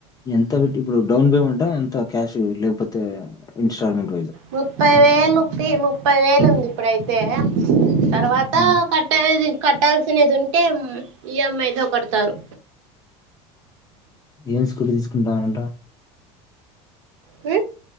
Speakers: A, on the left; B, on the right.
A: ఎంత పెట్టి ఇప్పుడు డౌన్ పేమెంట్ ఆ అంత క్యాష్ లేకపోతే ఇన్స్టాల్ మెంట్
B: ముప్పై వేలు ఫీ ముప్పై వేలు ఉంది ఇప్పుడైతే తర్వాత
A: ఉమ్.
B: కట్ట అయ్యేది కట్టాల్సినది ఉంటే ఈఎంఐతో కడతారు
A: ఏం స్కూట్ తీసుకుంటానంట
B: హ